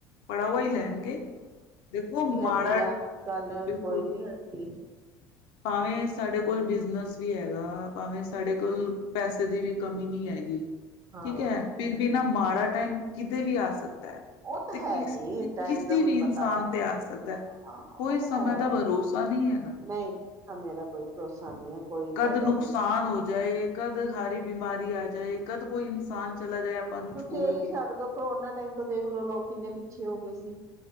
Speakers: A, on the left; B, on the right.
A: ਪੜਾਵਾ ਹੀ ਲੈਣਗੇ ਦੇਖੋ ਮਾੜਾ
B: ਜਿਹੜੀਆਂ ਅੱਜ ਕੱਲ
A: ਬਿਲਕੁਲ
B: ਕੋਈ ਨ
A: ਭਾਵੇਂ ਸਾਡੇ ਕੋਲ ਬਿਜਨਸ ਵੀ ਹੈਗਾ ਭਾਵੇਂ ਸਾਡੇ ਕੋਲ ਪੈਸੇ ਦੀ ਵੀ ਕਮੀ ਨਹੀਂ ਹੈਗੀ
B: ਹਾਂ
A: ਠੀਕ ਹੈ ਫਿਰ ਵੀ ਨਾ ਮਾੜਾ ਟਾਈਮ ਕਿਤੇ ਵੀ ਆ ਸਕਦਾ
B: ਉਹ ਤਾਂ
A: ਤੇ ਕਿਸ
B: ਹੈ ਜੀ ਟਾਈਮ
A: ਕਿਸੇ
B: ਦਾ
A: ਵੀ
B: ਕੋਈ
A: ਇਨਸਾਨ
B: ਪਤਾ ਨਹੀਂ
A: ਤੇ ਆ ਸਕਦਾ ਕੋਈ
B: ਹਾਂ ਉਹ
A: ਸਮੇਂ
B: ਤਾਂ ਹੈ
A: ਦਾ ਭਰੋਸਾ ਨਹੀਂ ਹੈਗਾ
B: ਨਹੀਂ ਸਮੇਂ ਦਾ ਕੋਈ ਭਰੋਸਾ ਨਹੀਂ ਹੈ ਕੋਈ
A: ਕਦ
B: ਕਦੋਂ
A: ਨੁਕਸਾਨ
B: ਕੁ
A: ਹੋ ਜਾਏ ਕਦ ਹਾਰੀ ਬਿਮਾਰੀ ਆ ਜਾਏ ਕਦ ਕੋਈ ਇਨਸਾਨ ਚਲਾ ਜਾਏ ਆਪਾਂ ਨੂੰ
B: ਤੁਸੀਂ
A: ਛੋੜ
B: ਇਹੀ
A: ਕੇ
B: ਛੱਡ ਦੋ ਕਰੋਨਾ ਟਾਈਮ ਤੋਂ ਦੇਖ ਲੋ ਲੋਕ ਕਿੰਨੇ ਪਿੱਛੇ ਹੋ ਗਏ ਸੀ